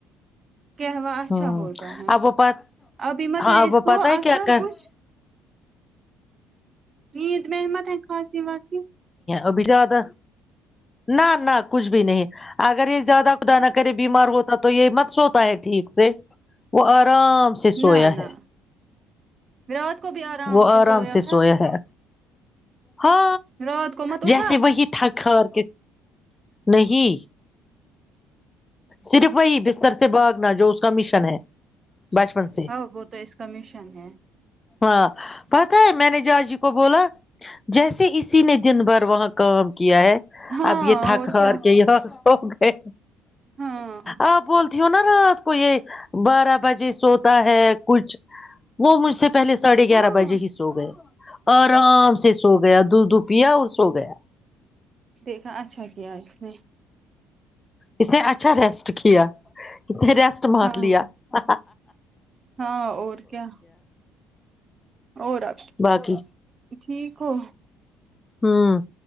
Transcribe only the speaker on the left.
ہوں
اب وہ پت
ہاں
وہ
پتہ ہے
کیا
کرنی
ابھی جد نہ نہ کچھ بھی نہیں اگر یہ زیادہ دا نہ کرے بیمار ہوتا تو یہ مت سوتا ہے ٹھیک سے وہ اور آرام سے سویا
ہے
وہ آرام سے سویا
ہے ہاں
جیسے وہی تھکر نہیں صرف وہی سے بھاگنا جو اس کا مشن ہے بچپن سے
ہاں پتا ہے میں نے جا جی کو بولا جیسے اسی نے دن بھر وہاں کا کیا ہے
اب یہ تھاک
ہ
کہ ہو گئے
آ بولتی ہو نا رات کو یہ بارہ بجے سوتا ہے کچھ وہ مجھ سے پہلےاڑھے
گیارہ بجے ہی سو گئے آرام سے سو گیا د دھ پیا وہ سو گیا
اس نے اچھا ریسٹ کیا اے ریسٹ مار
لیا ہ
باقی
ہوں